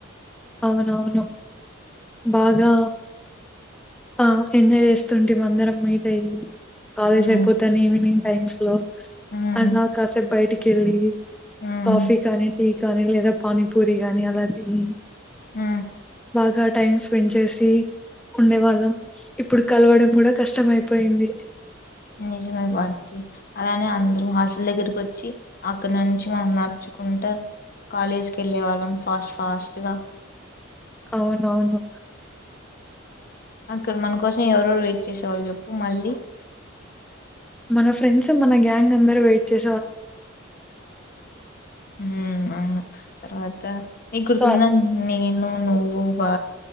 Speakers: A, in the centre; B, on the left.
A: అవునవును బాగా ఆ ఎంజాయ్ చేస్తుంటిమి అందరం మీట్ అయి కాలేజ్
B: ఉమ్
A: అయిపోతానే ఈవినింగ్ టైమ్ స్లో
B: ఉమ్
A: అన్నా కాసేప్ బయటికి కెళ్ళి
B: ఉమ్
A: కాఫీ కాని టీ పానీ లేదా పానీపూరి గాని అలా తిని
B: మ్
A: బాగా టైం స్పెండ్ చేసి ఉండే వాళ్ళం ఇప్పుడు కలవడం కూడా కష్టం అయిపోయింది.
B: నిజమై భారతి అలానే అందరూ హాస్టల్ దగ్గరకు వచ్చి అక్కడి నుంచి మనం నడుచుకుంటూ కాలేజీకి వెళ్ళే వాళ్ళం ఫాస్ట్ ఫాస్టుగా
A: అవునవును
B: అక్కడ మన కోసం ఎవరెరు వెయిట్ చేసేవాళ్ళు చెప్పు మళ్ళీ
A: మన ఫ్రెండ్స్ మన గ్యాంగ్ అందరు వెయిట్ చే
B: మ్ అవును తర్వాత నీ గుర్తుందా
A: సో,
B: నేను నువ్వు భూపా